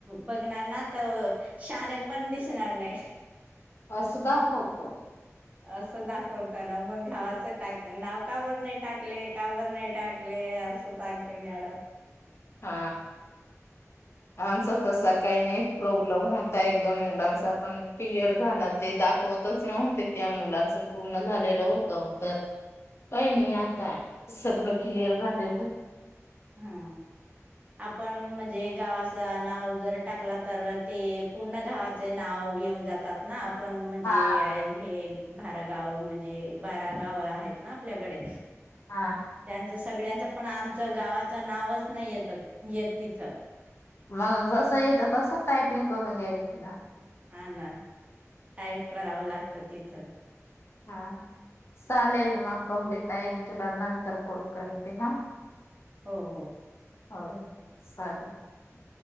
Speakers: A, on the right; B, on the left.
A: बघणार ना तर शहाणे पण दिसणार नाही.
B: <unintelligible>
A: असं दाखवत ना मग गावाचं टाक नाव - का बर नाही टाकले का बर नाही टाकले असं सांगते मॅडम -
B: हा आमचा तसा काही नाही प्रॉब्लेम होत. एक दोन मुलांचा पण क्लिअर झाला. ते दाखवतच नव्हते त्या मुलांच पूर्ण झालेलं होतं - काही नाही आता सगळं क्लिअर झालेलं.
A: हा आपण म्हणजे गावाच नाव जर टाकला तर ते पूर्ण गावाचे नाव - येऊन जातात ना - पण म्हणजे
B: हा.
A: हे बारा गाव म्हणजे बारा गाव आहेत ना आपल्याकडे-
B: हां
A: त्यांच सगळ्यांचं पण आमचं गावाचं नावच नाही येत- येत तिथं
B: मग जस येतं तस टायपिंग करून द्यायची ना -
A: ह ना टाईप करावं लागतं तिथं!
B: हां चालेल मग कंपनीत आहे मी तुला नंतर कॉल करते ह!
A: हो -हो
B: होय चालेल -